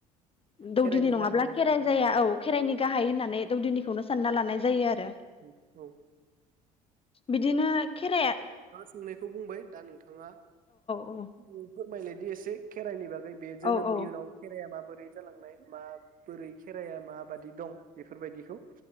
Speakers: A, on the left; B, on the right.
A: दौदिनि
B: खेराइनि
A: नङाब्ला
B: गाहाय होननानै
A: खेराइ
B: बुंनाय
A: जाया औ खेराइनि गाहाय होननानै दौदिनि खौनो सानना लानाय जायो आरो
B: जायो। औ
A: बिदिनो खेराइया
B: बुंनायखौ बुंबाय दा नोंथां थाङा
A: औ
B: <unintelligible> फोरमायलायदि एसे खेराइनि बागै बे जोनोमनि
A: औ औ
B: उनाव खेराइया माब बोरै जालांनाय म बोरै खेराइाया माबादि दं बेफोरबायदिखौ।